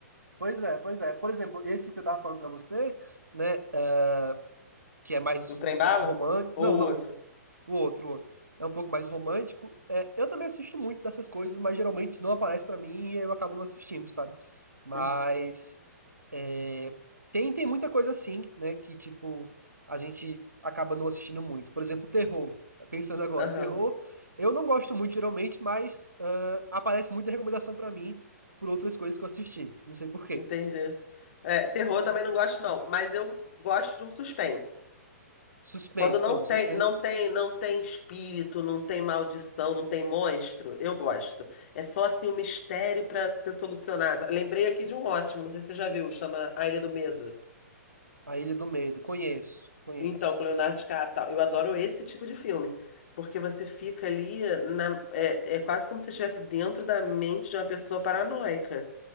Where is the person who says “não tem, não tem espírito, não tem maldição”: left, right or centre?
Left